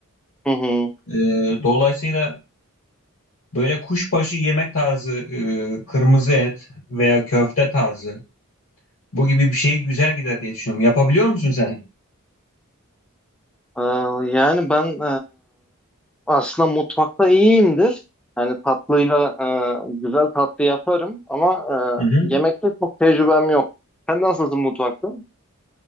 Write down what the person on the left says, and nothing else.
E, dolayısıyla böyle kuşbaşı yemek tarzı e, kırmızı et veya köfte tarzı bu gibi bir şey güzel gider diye düşünüyorum. Yapabiliyor musun sen?
Hı hı.